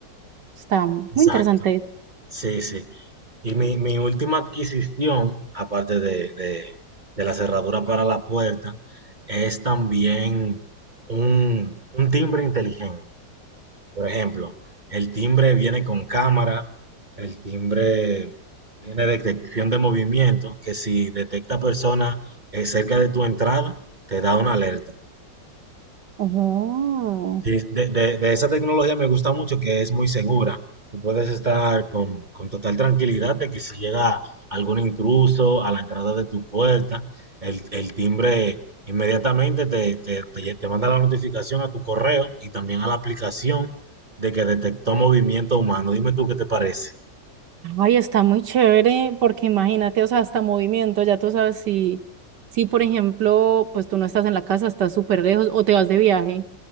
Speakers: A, on the right; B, on the right.
A: Está
B: Exacto.
A: muy interesante
B: Sí, sí. Y mi, mi última adquisición, aparte de, de- de la cerradura para la puerta, es también un, un timbre inteligente. Por ejemplo, el timbre viene con cámara, el timbre tiene detección de movimiento, que si detecta personas eh, cerca de tu entrada, te da una alerta.
A: Oh,
B: Sí, de, de- de esa tecnología me gusta mucho que es muy segura. Tú puedes estar con, con total tranquilidad de que si llega algún intruso a la entrada de tu puerta, el, el timbre inmediatamente te, te, te- te manda la notificación a tu correo y también a la aplicación de que detectó movimiento humano. Dime tú qué te parece.
A: ay, está muy chévere porque imagínate, o sea, hasta movimiento, ya tú sabes si, si por ejemplo, pues tú no estás en la casa, estás súper lejos o te vas de viaje,